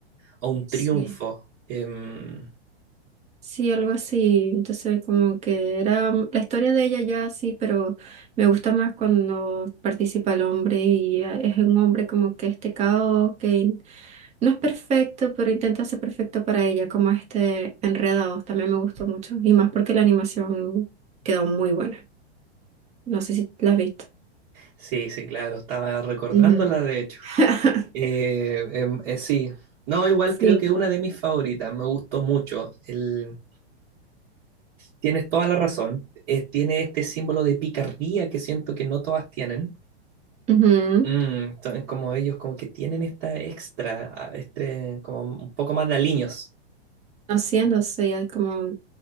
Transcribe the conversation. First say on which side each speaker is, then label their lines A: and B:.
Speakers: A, on the right; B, on the right.
A: o un
B: Sí.
A: triunfo. Em,
B: Sí, algo así. Entonces, como que era mm, la historia de ella ya sí, pero me gusta más cuando participa el hombre y ah, es un hombre como que este caos, que no es perfecto, pero intenta ser perfecto para ella, como este Enredados. También me gustó mucho y más porque la animación quedó muy buena. No sé si la has visto.
A: sí, sí, claro. Estaba recordándola,
B: Ujú.
A: de hecho.
B: <laughs>
A: Eh, em, eh, sí, no, igual
B: Sí.
A: creo que una de mis favoritas, me gustó mucho. El, tienes toda la razón, eh, tiene este símbolo de picardía que siento que no todas tienen.
B: Ujú.
A: Mm, son como ellos, como que tienen esta extra, ah, este, como un poco más de aliños.
B: Conociéndose ya como